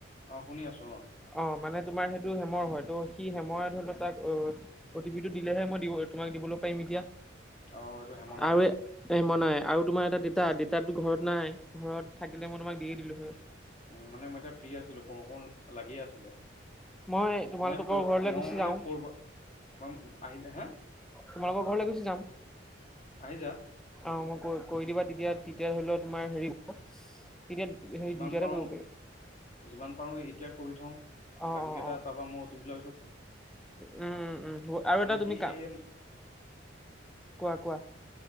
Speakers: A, on the left; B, in the centre.
A: অ শুনি আছোঁ অ',
B: অ মানে তোমাৰ সেইটো হেমৰ হয় ত সি হেমৰে ধৰি লও তাক অ অ' টি পি টো দিলেহে মই দিব তোমাক দিবলৈ পাৰিম এতিয়া
A: অঁ এইটো হেমনাই
B: আৰু এ মই নাই আৰু তোমাৰ এটা ডেতা ডেতাতো ঘৰত নাই ঘৰত থাকিলে মই তোমাক দি দিলো হ
A: উ মানে মই এতিয়া ফ্ৰী আছিলো ক ক লাগিয় আছিলে মানে
B: মই তোমালোকৰ ঘৰলৈ
A: মই
B: গুচি
A: মানে
B: যাওঁ
A: কৰ'বাত মই আহি য হা
B: তোমালোকৰ ঘৰলৈ গুচি যাম
A: আহি যা
B: অ মই কৰি দিবা তেতিয়া তেতিয়া ধৰি লও তোমাৰ হেৰি তেতিয়া হেৰি
A: যিমান
B: দুইটাতে
A: পাৰো
B: কৰিব পাৰি।
A: যিমান পাৰো স এতিয়া কৰি থওঁ
B: অ'
A: বাকী
B: অ'
A: কেইটা
B: অ'
A: তাৰপা মই অতি এইবিলাক
B: উম উম উম আৰু এটা তুমি
A: কি
B: কাম
A: এই
B: কোৱা কোৱা